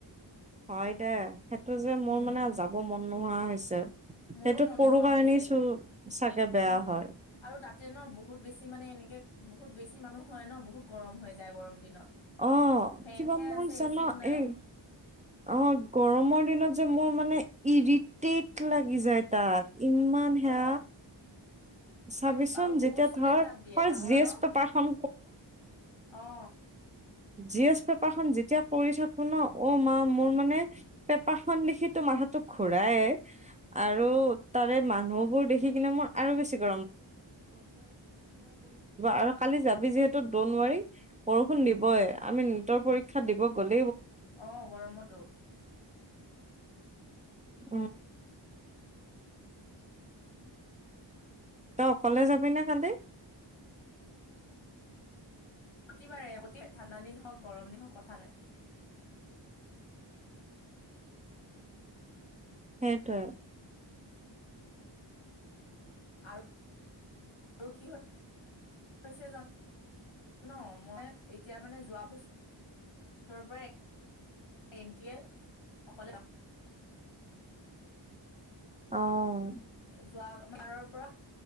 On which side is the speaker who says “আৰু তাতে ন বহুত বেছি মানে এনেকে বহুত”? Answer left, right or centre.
Left